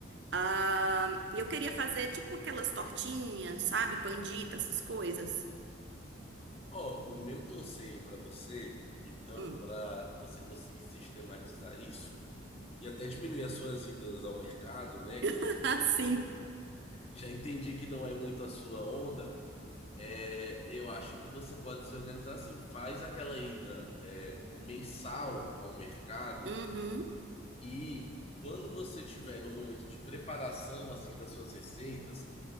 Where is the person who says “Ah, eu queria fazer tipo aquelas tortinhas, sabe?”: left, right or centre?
Right